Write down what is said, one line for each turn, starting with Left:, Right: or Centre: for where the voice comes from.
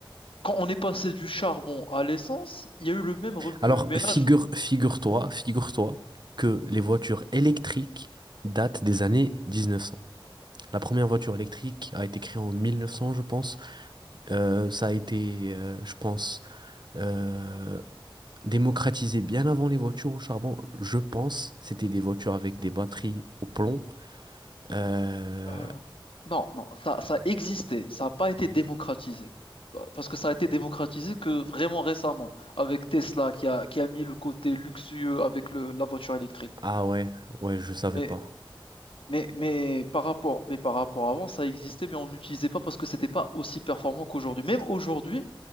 Left: Quand on est passé du charbon à l'essence, il y a eu le même rebut
Right: Alors
Left: ménage.
Right: figure, figure-toi, figure-toi que les voitures électriques datent des années 1900. La première voiture électrique a été créée en 1900, je pense. Euh, ça a été, euh, je pense, euh, démocratisé bien avant les voitures au charbon. Je pense, c'était des voitures avec des batteries au plomb. Euh,
Left: Euh, non, non, ça, ça existait, ça n'a pas été démocratisé. Parce que ça a été démocratisé que vraiment récemment, avec Tesla qui a, qui a mis le côté luxueux avec le- la voiture électrique.
Right: Ah ouais, ouais, je savais
Left: Mais
Right: pas.
Left: Mais, mais par rapport, mais par rapport à avant, ça existait, mais on n'utilisait pas parce que c'était pas aussi performant qu'aujourd'hui. Même aujourd'hui,